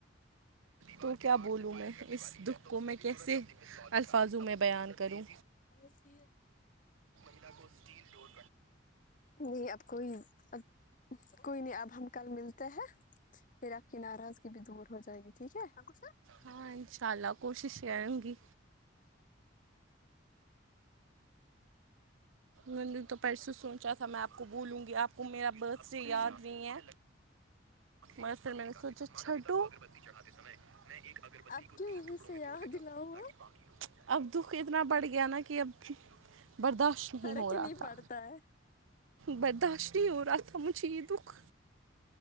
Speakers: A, on the right (about 80°); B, on the left (about 40°).
A: تو کیا بولوں میں اس دکھ کو میں کیسے الفاظوں میں بیان کروں
B: اور پھر
A: <unintelligible> نا تو
B: نہیں اب کوئی نہیں اب کوئی نہیں اب ہم کل ملتے ہیں پھر آپ کی ناراضگی بھی دور ہو جائے گی ٹھیک ہے اب غصہ
A: ہاں انشاء اللہ کوشش کروں گی میں نے تو پرسوں سوچا تھا میں آپ کو بولوں گی آپ کو میرا برتڈے یاد نہیں ہے ویسے میں نے سوچا چھاٹو میں ایک اگربتی
B: اب
A: کو
B: کیوں
A: تین
B: یہیں
A: ٹکڑوں
B: سے
A: میں
B: یاد
A: توڑ دیتا
B: دلاؤں
A: تاکہ باقی اب دکھ اتنا بڑھ گیا نا کہ اب برداشت نہیں
B: فرق
A: ہو
B: ہی
A: رہا تھا
B: پڑتا ہے
A: برداشت نہیں ہو رہا تھا مجھے یہ دکھ